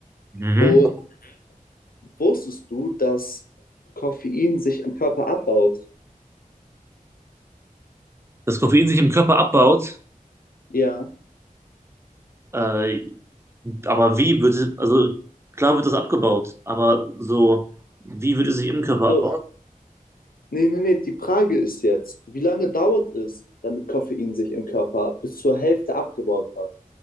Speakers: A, on the right; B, on the left.
A: mhm.
B: Und wusstest du, dass Koffein sich im Körper abbaut?
A: Das Koffein sich im Körper abbaut,
B: Ja.
A: äh, Aber wie wird es, also klar wird das abgebaut, aber so, wie würde es sich im Körper
B: So,
A: abbauen?
B: Nee, nee, nee, die Frage ist jetzt, wie lange dauert es, damit Koffein sich im Körper bis zur Hälfte abgebaut hat?